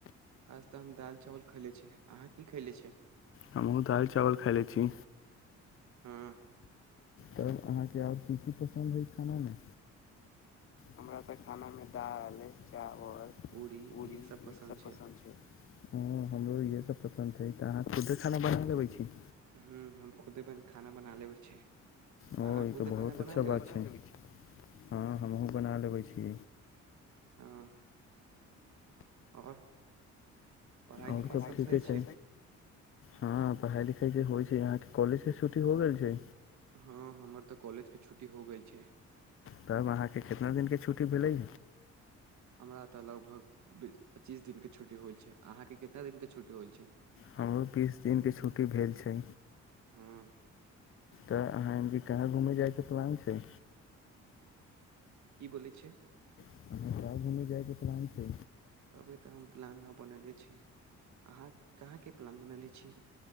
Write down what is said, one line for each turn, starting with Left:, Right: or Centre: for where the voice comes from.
Right: आय तऽ हम दालि चावल खयले छ अहाँ की खयले छै
Left: हमहु दाल चावल खा ल छी
Right: हँ
Left: तब अहाँके आओर की की पसन्द हइ खानामे हमरा तऽ खाना मे दाल चावल
Right: पूरी इहे
Left: पूड़री इ सब
Right: छै
Left: पसन्द छै हमरो इह सब पसन्द छै खुदे खाना बना लबै छी
Right: ह्म हम खुदे खाना बना लेबै छी
Left: ओ
Right: अहाँ
Left: ई
Right: खुदे
Left: तऽ बहुत
Right: खाना बना
Left: अच्छा
Right: लेबै
Left: बात
Right: छी
Left: छै हँ हमहूँ बना लेबै छी
Right: हँ आओर पढ़ाइ
Left: आओर
Right: लिखाइ
Left: सब ठीके
Right: सही
Left: छै हँ पढ़ाई लिखाई जे होइ छै यहके कॉलज के छुटी हो गेल छै
Right: हँ हमर तऽ कॉलेजके छुट्टी हो गेल छै
Left: त अहाँके कितना दिनके छुट्टी भेलै
Right: हमरा तऽ लगभग बीस पच्चीस दिनके छुट्टी होइ छै अहाँके कतना दिनके छुट्टी होइ छै
Left: हमरो बीस दिनके छुट्टी भेल छै
Right: हँ
Left: तऽ अहाँ कि कहाँ घूमय जायके प्लान छै
Right: की बोलै छै
Left: अहाँ कहाँ घूमय जायके प्लान छै
Right: अभी तऽ हम प्लान नै बनले छी अहाँ कहाँके प्लान बनले छी